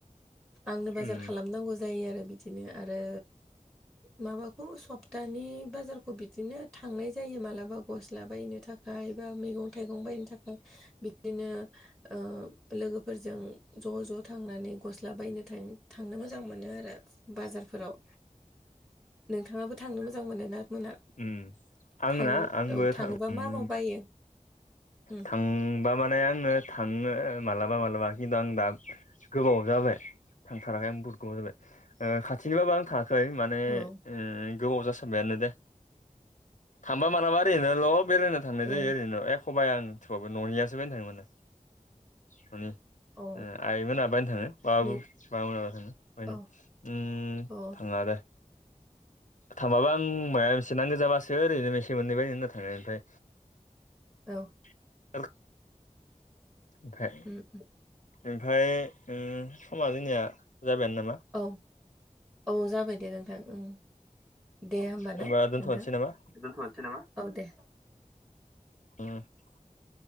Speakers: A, on the right; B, on the left.
A: आंनो बाजार
B: उम
A: खालामनांगौ जायो आरो बिदिनो आरो माबाखौ सप्तानि बाजारखौ बिदिनो थांनाय जायो मालाबा गस्ला बायनो थाख खाय एबा मैगं थाइगं बायनो थाखाय। बिदिनो ओ लोगोफोरजों ज' ज' थांनानै गस्ला बायनो थां थांनो मोजां मोनो आरो बाजारफोराव नोंथाङाबो थांनो मोजां मोनोना मोना?
B: उम आंना
A: थां
B: आंबो
A: औ थाङोबा
B: थां उम
A: मा मा बायो? उम,
B: थांबा माने आङो थांनो मालाबा मालाबा खिन्थु आं दा गोबाव जाबाय थांथाराखै आं बहु गोबाव जाबाय ओ खाथिनिबाबो आं थां खै माने
A: औ
B: गोबाव जासारबायानो दे। थांबा मानलाबा ओरैनोल' बेरायनो थांनाय
A: औ
B: जायो ओरैनो। एख बाया आं थेवबाबो <unintelligible> न'नियासो बायनो थाङो मोने न'नि
A: अ
B: आइमोना बायनो थाङो बाबो
A: नों
B: माबामोनाबा <unintelligible> थाङो बायनो।
A: अ
B: उम
A: अ
B: थाङा दे। थांबाबा आं माब मोनसे नांगौ जाबासो ओरैनो मोनसे मोननै बायनो होनना थाडों ओमफ्राय
A: औ।
B: <inaudible> ओमफाय
A: अ
B: ओमफ्राय समा जोंनिया जाबायानो नामा?
A: औ औ जाबाय दे नोंथां उम। दे होमब
B: होमबा
A: ना
B: दोनथ'नोसै
A: नोंथां।
B: नामा
A: दोनथ'सै नामा? औ दे।
B: ह <unintelligible>